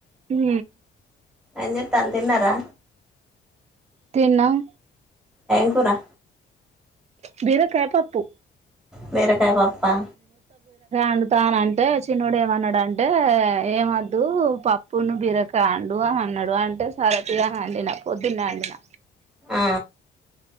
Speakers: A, on the right (about 35°); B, in the centre.
A: హు
B: ఎం చేతున్నారు తిన్నారా?
A: తిన్నాం
B: ఏ కూరా
A: బీరకాయ పప్పు
B: బీరకాయ పప్పా
A: అండుతాన అంటే చిన్నడు ఏమన్నాడు అంటే, ఏమెద్దు పప్పును బీరకాయ వండు అన్నాడు. అంటే సరతిగా వండిన పోద్దున్నే వండిన.
B: ఆ